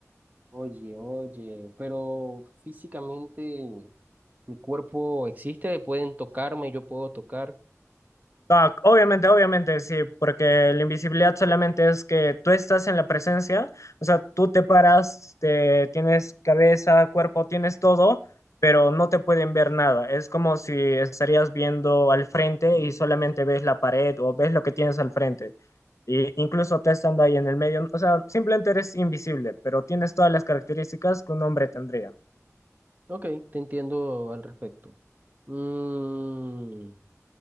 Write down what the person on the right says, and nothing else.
Oye, oye, pero físicamente. Mi cuerpo existe, pueden tocarme, yo puedo tocar.
Ok, te entiendo al respecto. Mm,